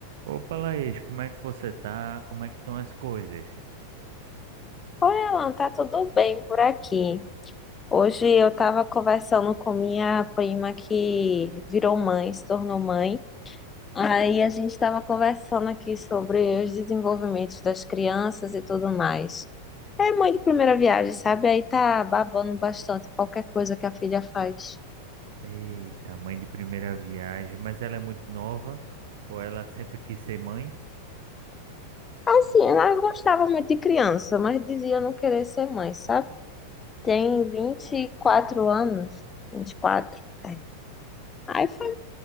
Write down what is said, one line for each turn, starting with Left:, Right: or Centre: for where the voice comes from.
Right: Opa, Laís, como é que você tá? Como é que estão as coisas?
Left: Oi, Alan, tá tudo bem por aqui? Hoje eu estava conversando com minha prima que virou mãe, se tornou mãe. Aí a gente estava conversando aqui sobre os desenvolvimentos das crianças e tudo mais. É mãe de primeira viagem, sabe? Aí tá babando bastante qualquer coisa que a filha faz.
Right: Eita, mãe de primeira viagem, mas ela é muito nova ou ela sempre quis ser mãe?
Left: Assim, ela gostava muito de criança, mas dizia não querer ser mãe, sabe? Tem 24 anos, 24. é. Aí foi